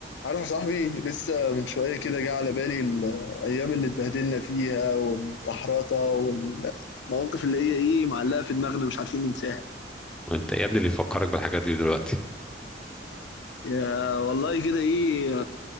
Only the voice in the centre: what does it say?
وانت يا ابني اللي يفكرك بالحاجات دي دلوقتي